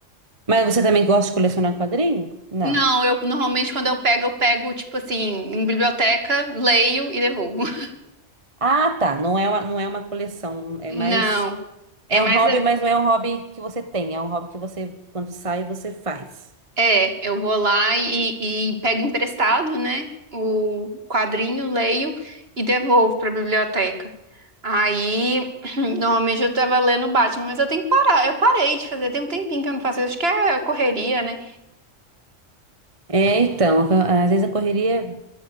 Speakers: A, on the right; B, on the right.
A: Mas você também gosta de colecionar quadrinho? Não.
B: Não, eu normalmente quando eu pego, eu pego tipo assim, em biblioteca, leio e devolvo. <laughs>
A: Ah, tá. Não é uma, não é uma coleção. É
B: Não,
A: mais. É
B: é mais.
A: um hobby,
B: é,
A: mas não é um hobby que você tem. É um hobby que você, quando sai, você faz.
B: É, eu vou lá e, e pego emprestado, né? O quadrinho, leio e devolvo para a biblioteca. Aí, <clears throat> normalmente eu tava lendo Batman, mas eu tenho que parar. Eu parei de fazer, tem um tempinho que eu não faço isso. Acho que é correria, né?
A: É, então. a- Às vezes a correria